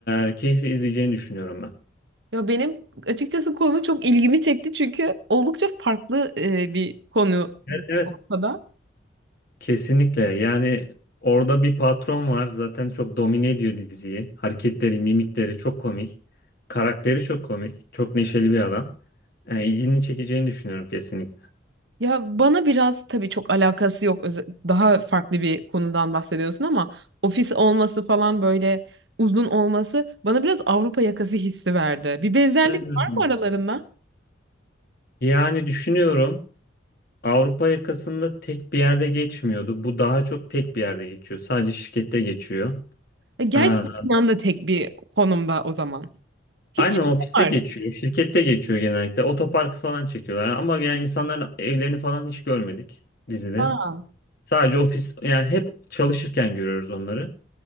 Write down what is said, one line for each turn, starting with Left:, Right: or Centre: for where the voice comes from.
Left: e, keyifli izleyeceğini düşünüyorum ben.
Right: Ya benim açıkçası konu çok ilgimi çekti çünkü oldukça farklı e, bir konu
Left: Evet.
Right: ortada.
Left: Kesinlikle. Yani orada bir patron var. Zaten çok domine ediyor diziyi. Hareketleri, mimikleri çok komik. Karakteri çok komik. Çok neşeli bir adam. Yani ilgini çekeceğini düşünüyorum kesinlikle.
Right: Ya bana biraz tabii çok alakası yok. Öze- Daha farklı bir konudan bahsediyorsun ama ofis olması falan böyle uzun olması bana biraz Avrupa yakası hissi verdi. Bir benzerlik
Left: Hmm.
Right: var mı aralarında?
Left: Yani düşünüyorum Avrupa yakasında tek bir yerde geçmiyordu. Bu daha çok tek bir yerde geçiyor. Sadece şirkette geçiyor.
Right: E, Gerçi
Left: Aa,
Right: Yunan da tek bir konumda o zaman.
Left: aynen
Right: Hiç şey
Left: ofiste
Right: var.
Left: geçiyor. Şirkette geçiyor genellikle. Otoparkı falan çekiyorlar. Ama yani insanların evlerini falan hiç görmedik dizide.
Right: Aa.
Left: Sadece ofis yani hep çalışırken görüyoruz onları.